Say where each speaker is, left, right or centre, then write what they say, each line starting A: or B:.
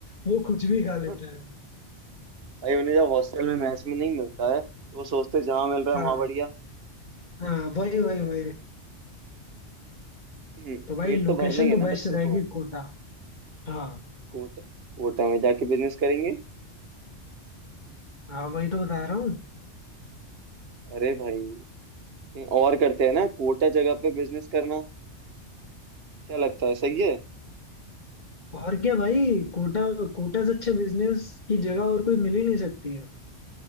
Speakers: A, on the left; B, on the right.
A: वो कुछ भी खा लेते
B: हाँ,
A: हैं
B: भाई उन्हें जब हॉस्टल में मैस में नहीं मिलता है तो वो सोचते हैं जहाँ मिल रहा
A: हाँ
B: है वहां बढ़िया
A: हाँ वही वही वही
B: हम्म,
A: तो भाई
B: पेट
A: लोकेशन
B: तो भरना ही है
A: तो
B: ना
A: बेस्ट
B: बच्चों
A: रहेगी
B: को
A: कोटा हाँ
B: कोटा कोटा में जाके बिजनेस करेंगे
A: हाँ वही तो बता रहा हूँ
B: अरे भाई कहीं और करते हैं ना कोटा जगह पे बिजनेस करना क्या लगता है सही है
A: और क्या भाई कोटा कोटा से अच्छे बिजनेस की जगह और कोई मिल ही नहीं सकती है